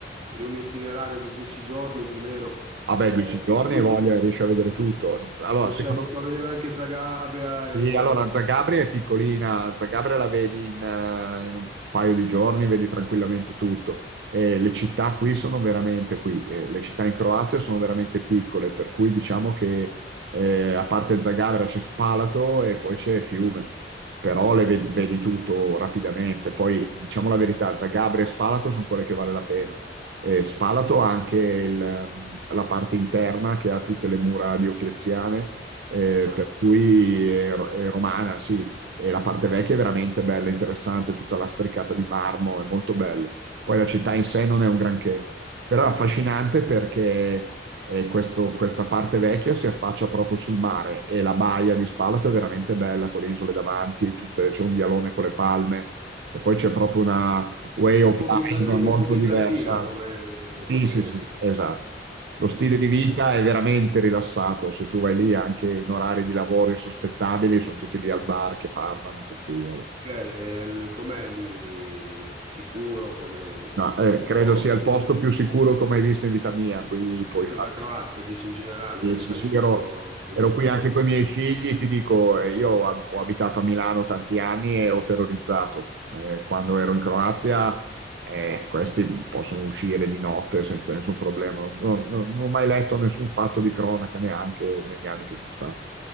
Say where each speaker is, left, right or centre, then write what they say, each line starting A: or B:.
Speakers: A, on the right; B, on the right.
A: in un itinerario di dieci giorni più o meno,
B: Vabbè,
A: eh,
B: dieci giorni
A: tu-
B: e voglia, riesci a vedere tutto. Allora, secondo
A: cioè riesco
B: me
A: a vedere anche Zagabria e...
B: Sì, allora Zagabria è piccolina, Zagabria la vedi in, eh, in un paio di giorni, vedi tranquillamente tutto. E le città qui sono veramente qui, eh, le città in Croazia sono veramente piccole, per cui diciamo che eh, a parte Zagabria c'è Spalato e poi c'è Fiume, però le ve- vedi tutto rapidamente. Poi diciamo la verità, Zagabria e Spalato sono quelle che vale la pena. E Spalato ha anche il, ehm, la parte interna che ha tutte le mura diocleziane eh,
A: ah,
B: per cui è, è romana, sì, e la parte vecchia è veramente bella, interessante, tutta lastricata di marmo, è molto bello. Poi la città in sé non è un granché, però è affascinante perché eh, questo- questa parte vecchia si affaccia proprio sul mare e la baia di Spalato è veramente bella con le isole davanti, tutte- c'è un vialone con le palme e poi c'è proprio una way
A: è
B: of
A: un po'
B: life
A: bizanti-
B: molto
A: è un po' bizantina
B: diversa.
A: come...
B: Sì,
A: come-
B: sì, sì, esatto. Lo stile
A: Ok,
B: di vita è veramente rilassato. Se tu vai lì anche in orari di lavoro insospettabili, sono tutti lì al bar che parlano, per cui vabbè.
A: ok, e il- com'è lì? È Sicuro come,
B: No,
A: so-
B: eh,
A: come
B: credo
A: costi?
B: sia il posto più sicuro come hai visto in vita mia. Qui puoi
A: Dico,
B: fare
A: La Croazia, dici in generale,
B: Sì,
A: gli abitanti
B: sì, sì,
A: sono
B: ero,
A: comunque
B: ero qui anche con i miei figli, ti dico, eh, io ho ab- ho abitato a Milano tanti anni e ero terrorizzato. Eh, quando ero in Croazia, eh, questi possono uscire di notte senza nessun problema. No- no- non ho mai letto nessun fatto di cronaca neanche negli anni che sono stato.